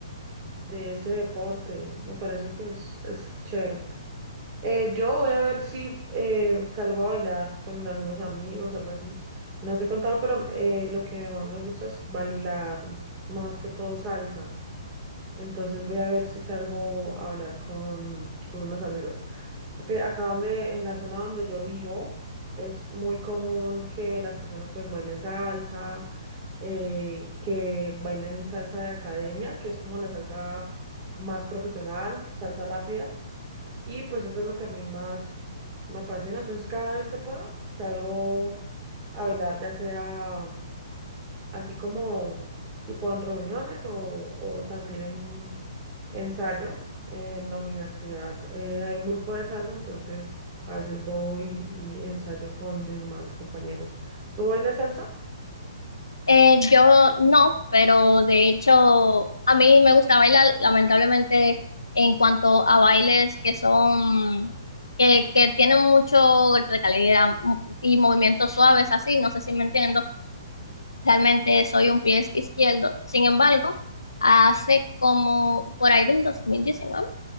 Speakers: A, on the right (about 30°); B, on the left (about 80°).
A: de ese deporte. Me parece que es, es chévere. Eh, yo voy a ver si eh, salgo a bailar con algunos amigos, algo así. No te he contado, pero eh, lo que más me gusta es bailar, más que todo salsa. Entonces voy a ver si salgo a hablar con, con unos amigos. Porque acá donde, en la zona donde yo vivo, es muy común que las personas pues bailen salsa, eh, que bailen salsa de academia, que es como la salsa más profesional, salsa rápida. Y pues eso es lo que a mí más me apasiona. Entonces cada vez que puedo, salgo a bailar, ya sea así como tipo en reuniones o, o también en ensayo en la universidad. Eh, hay un grupo de salsa, entonces a veces voy y ensayo con demás compañeros. ¿Tú bailas salsa?
B: Eh, yo no, pero de hecho a mí me gusta bailar, lamentablemente en cuanto a bailes que son, que, que tienen mucho golpe de calidad mu- y movimientos suaves así, no sé si me entiendo, realmente soy un pie izquierdo. Sin embargo, hace como por ahí del 2019